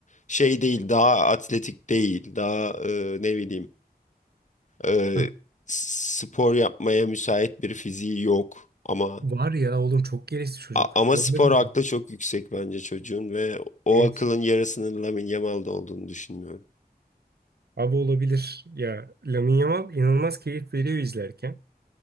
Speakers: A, on the left; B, on the right.
A: Şey değil, daha atletik değil, daha e, ne bileyim e,
B: Hı.
A: spor yapmaya müsait bir fiziği yok. Ama
B: Var ya oğlum çok gelişti çocuk.
A: A- Ama
B: Görmedin
A: spor aklı
B: mi?
A: çok yüksek bence çocuğun ve o
B: Evet.
A: akılın yarısının Lamine Yamal'da olduğunu düşünmüyorum.
B: Abi olabilir. Ya Lamine Yamal inanılmaz keyif veriyor izlerken.